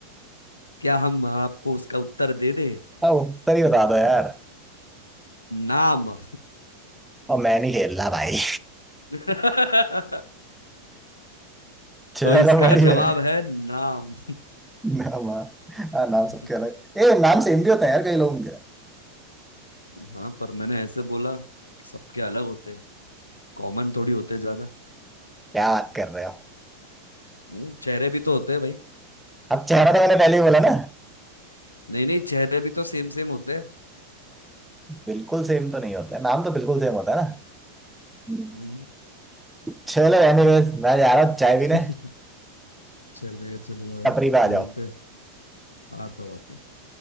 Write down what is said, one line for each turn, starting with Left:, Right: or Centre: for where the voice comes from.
Left: क्या हम आपको उसका उत्तर दे दे
Centre: हाँ, उत्तर ही बता दो यार
Left: नाम
Centre: और मैं नहीं खेलना भाई
Left: <laughs>
Centre: चलो
Left: तो इसका
Centre: बढ़िया
Left: जवाब है नाम
Centre: नाम हाँ, हाँ, नाम
Left: <laughs>
Centre: सबके अलग ए नाम सेम भी होता है यार कई लोगों के
Left: हाँ पर मैंने ऐसे बोला सबके अलग होते हैं कॉमन थोड़ी होते ज्यादा
Centre: क्या बात कर रहे हो
Left: हम्म, चेहरे भी तो होते हैं भाई
Centre: अब चेहरा तो मैंने पहले ही बोला ना
Left: नहीं नहीं चेहरे भी तो सेम सेम होते हैं
Centre: बिल्कुल सेम तो नहीं होता है नाम तो बिल्कुल सेम होता है ना
Left: हम्म।
Centre: चलो एनीवेज मैं जा रहा हूँ चाय
Left: <laughs>
Centre: पीने
Left: चलिए चलिए भाई
Centre: टपरी पे आ
Left: मिलते
Centre: जाओ
Left: हैं। आता हूँ आता हूँ।